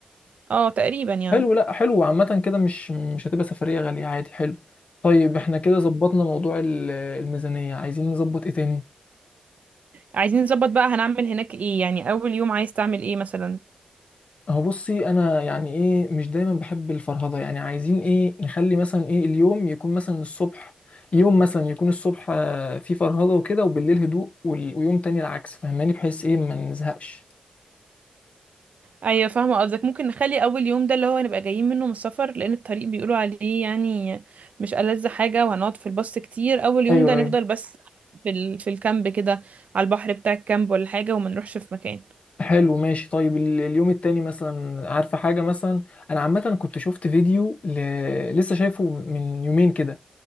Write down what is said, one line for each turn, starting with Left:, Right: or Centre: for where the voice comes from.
Right: اه تقريبا يعني
Left: حلو لا حلو عامة كده مش مش هتبقى سفرية غالية عادي حلو طيب احنا كده ظبطنا موضوع ال- الميزانية عايزين نظبط ايه تاني
Right: عايزين نظبط بقى هنعمل هناك ايه يعني اول يوم عايز تعمل ايه مثلا
Left: هو بصي انا يعني ايه مش دايما بحب الفرهده يعني عايزين ايه نخلي مثلا ايه اليوم يكون مثلا الصبح يوم مثلا يكون الصبح آه، فيه فرهده وكده وبالليل هدوء وال- ويوم تاني العكس فاهماني بحيث ايه ما نزهقش
Right: ايوه فاهمه قصدك ممكن نخلي اول يوم ده اللي هو هنبقى جايين منه من السفر لان الطريق بيقولوا عليه يعني مش ألذ حاجه وهنقعد في الباص كتير اول يوم
Left: ايوه
Right: ده نفضل
Left: ايوه
Right: بس في ال... في الكامب كده على البحر بتاع الكامب ولا حاجه وما نروحش في مكان
Left: حلو ماشي طيب ال- اليوم التاني مثلا عارفة حاجة مثلا أنا عامة كنت شفت فيديو ل... لسه شايفه من يومين كده